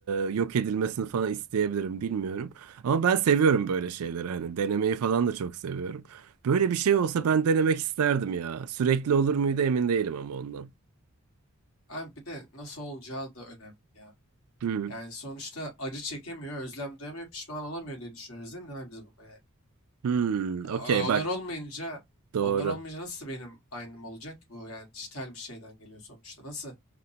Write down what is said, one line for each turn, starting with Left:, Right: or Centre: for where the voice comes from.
Right: e, yok edilmesini falan isteyebilirim bilmiyorum. Ama ben seviyorum böyle şeyleri hani denemeyi falan da çok seviyorum. Böyle bir şey olsa ben denemek isterdim ya. Sürekli olur muydu emin değilim ama ondan.
Left: Abi bir de nasıl olacağı da önemli ya.
Right: Hmm,
Left: Yani sonuçta acı çekemiyor, özlem duyamıyor, pişman olamıyor diye düşünüyoruz değil mi abi biz bunu yani?
Right: hmm, okey
Left: Ya, o-
Right: bak
Left: onlar olmayınca,
Right: doğru.
Left: onlar olmayınca nasıl benim aynım olacak ki bu? Yani dijital bir şeyden geliyor sonuçta. Nasıl